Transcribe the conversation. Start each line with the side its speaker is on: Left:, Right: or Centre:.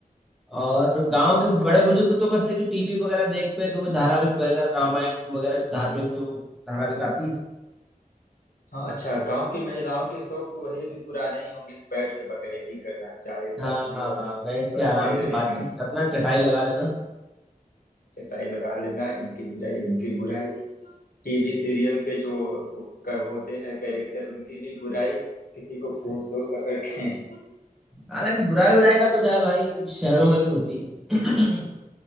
Centre: और
Left: हाँ
Centre: गांव
Left: शौक
Centre: के बड़े बुजुर्ग तो बस है कि टीवी वगैरह देख पे कोई धारावाहिक वगैरह रामायण वगैरह धार्मिक जो धारावाहिक आती है
Left: हाँ अच्छा गांव की महिलाओं के शौक तो वही अभी पुराने ही होंगे बैठ के बकैती करना चार एक साथ
Centre: हाँ
Left: मिल जाती
Centre: हाँ
Left: होंगे
Centre: बैठ के
Left: और
Centre: आराम
Left: फिर
Centre: से बातचीत
Left: <laughs>
Centre: करना चटाई लगा लेना
Left: चटाई लगा लेना इनकी बुराई उनकी बुराई टीवी सीरियल के जो क- होते हैं कैरेक्टर उनकी भी बुराई किसी को
Centre: सही
Left: कोट तो पकड़ के <laughs>
Centre: हालांकि बुराई उराई का तो क्या है भाई शहरों में भी होती है <clears throat>